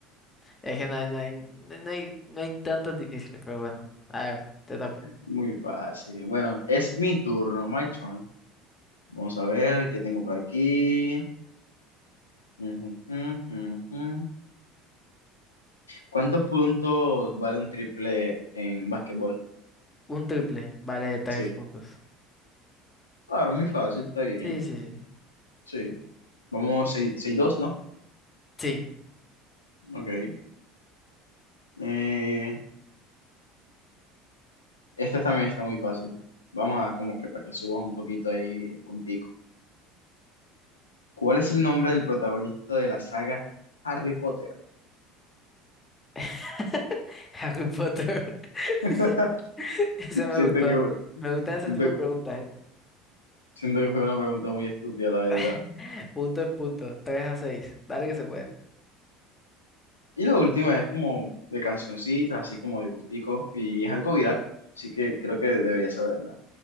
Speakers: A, on the left; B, on the left.
A: Es que no hay, no hay, no no hay, no hay tantos difíciles, pero bueno. A ver, te toca.
B: Muy fácil. Bueno, es mi turno, my turn. Vamos a ver qué tengo por aquí. Ujú, ujú, ujú. ¿Cuántos puntos vale un triple en básquetbol?
A: Un triple vale tres
B: Sí.
A: puntos.
B: Claro, muy fácil, está bien.
A: Sí, sí, sí.
B: Sí. Vamos seis dos ¿no?
A: Sí.
B: Ok. Eh, esta también está muy fácil. Vamos a como que para que subas un poquito ahí de puntico. ¿Cuál es el nombre del protagonista de la saga Harry Potter?
A: <laughs> Harry Potter. <laughs>
B: <laughs>
A: Esa
B: Siento
A: me gustó.
B: que,
A: Me gustan ese
B: siento,
A: tipo de preguntas, eh.
B: Siento que fue una pregunta muy estúpida, la verdad.
A: <laughs> Punto es punto. tres a seis, Dale que se puede.
B: Y la última es como de cancioncitas, así como de gustico, y es algo viral, así que creo que debería saberla.